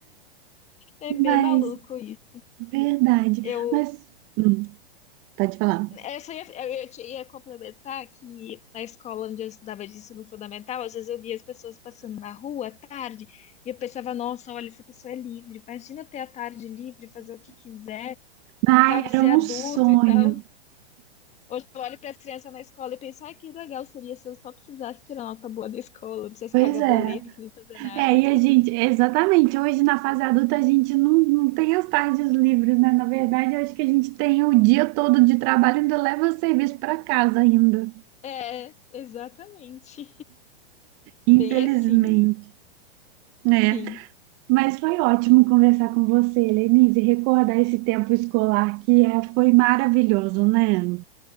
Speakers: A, on the left; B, on the right.
A: É
B: Mas,
A: bem maluco isso.
B: verdade.
A: Eu
B: Mas, Hum, pode falar.
A: Essa ia, eu ia, te- ia complementar que na escola onde eu estudava de ensino fundamental, às vezes eu via as pessoas passando na rua à tarde e eu pensava, nossa, olha, essa pessoa é livre. Imagina ter a tarde livre, fazer o que quiser,
B: ai,
A: sabe,
B: era
A: ser
B: um
A: adulto
B: sonho.
A: e tal. Hoje eu olho para as crianças na escola e penso, ai, que legal seria se eu só precisasse tirar nota boa da escola, não precisasse
B: Pois
A: pagar
B: é.
A: boleto, nem fazer nada.
B: É, e a gente, exatamente, hoje na fase adulta a gente não, não tem as tardes livres, né? Na verdade, eu acho que a gente tem o dia todo de trabalho e ainda leva o serviço para casa ainda,
A: É, exatamente.
B: infelizmente.
A: Bem assim,
B: É,
A: sim.
B: Mas foi ótimo conversar com você, Lenise, e recordar esse tempo escolar que é, foi maravilhoso, né? <laughs>